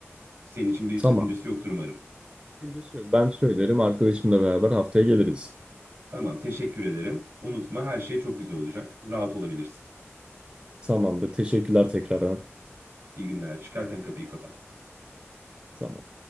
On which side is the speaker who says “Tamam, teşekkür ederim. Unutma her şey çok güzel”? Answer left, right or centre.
Right